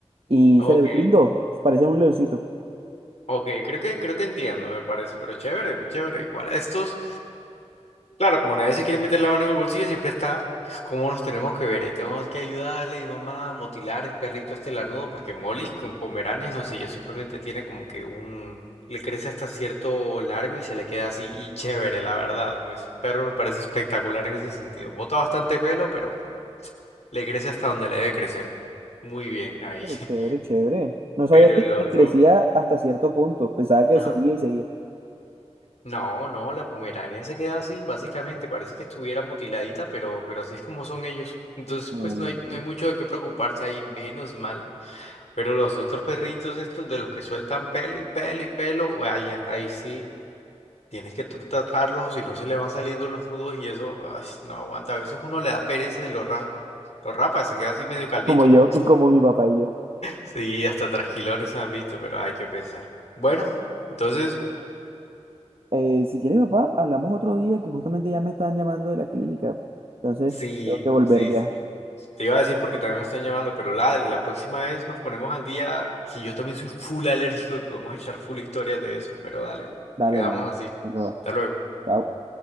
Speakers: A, on the right; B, on the left.
A: y
B: ok,
A: se le ve lindo. Parece un leoncito.
B: ok, creo que, creo que entiendo, me parece, pero chévere, chévere. Igual a estos. Claro, como nadie se quiere meter la mano en el bolsillo, siempre está pues, cómo nos tenemos que ver. Ahí tenemos que ayudarle y mamá a motilar el perrito este lanudo, porque Molly con Pomeranias, no sé, yo simplemente tiene como que un... Le crece hasta cierto largo y se le queda así y chévere, la verdad. Ese perro me parece espectacular en ese sentido. Bota bastante pelo, pero le crece hasta donde le debe crecer. Muy bien ahí.
A: Pero
B: <laughs>
A: chévere, chévere. No sabía
B: Pero
A: que
B: el otro...
A: le crecía hasta cierto punto. Pensaba que
B: Ajá.
A: seguía y seguía.
B: No, no, la Pomerania se queda así, básicamente, parece que estuviera mutiladita, pero, pero así es como son ellos. Entonces,
A: No,
B: pues
A: no, no,
B: no hay, no
A: no.
B: hay mucho de qué preocuparse ahí, menos mal. Pero los otros perritos estos de los que sueltan pelo y pelo y pelo, vaya, ahí sí tienes que tr- tratarlos o si no se le van saliendo los nudos y eso, ay, no aguanta. A veces uno le da pereza y los rapa, los rapa, se queda así medio calvito.
A: Como yo, <laughs> como mi papá y yo.
B: Sí, hasta trasquilones han visto, pero hay que pensar. Bueno, entonces...
A: Eh, si quieres, papá, hablamos otro día que justamente ya me están llamando de la clínica. Entonces,
B: Sí,
A: tengo que volver
B: sí,
A: ya.
B: sí. Te iba a decir porque también me están llamando, pero la, la próxima vez nos ponemos al día, que yo también soy full alérgico y podemos echar full historias de eso, pero dale,
A: Dale,
B: quedamos
A: hermano.
B: así.
A: Eso va.
B: Hasta luego.
A: Chao.